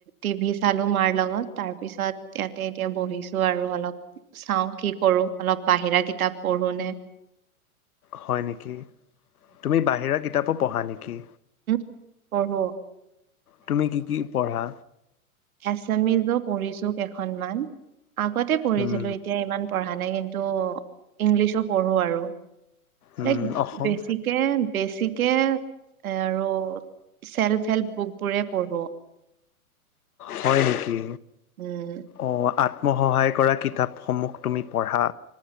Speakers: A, on the right; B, on the left.
A: টিভি চালো মাৰ লগত, তাৰ পিছত ইয়াতে এতিয়া বহিছো আৰু অলপ চাওঁ কি কৰোঁ। আৰু অলপ বাহিৰা কিতাপ পঢ়োনে
B: হয় নেকি? তুমি বাহিৰা কিতাপো পঢ়া নেকি?
A: উম, পঢ়ো।
B: তুমি কি কি পঢ়া?
A: এচামিজো পঢ়িছো কেইখনমান, আগতে পঢ়িছিলো
B: উম
A: এতিয়া ইমান পঢ়া নাই, কিন্তু ইংলিছো পঢ়ো আৰু।
B: উম
A: তাইক
B: অসম
A: বেছিকে, বেছিক এ আৰু চেল্ফ হেল্প বুক বোৰে পঢ়ো।
B: হয় নেকি
A: উম
B: অ' আ মই সহায় কৰা কিতাপসমূহ তুমি পঢ়া।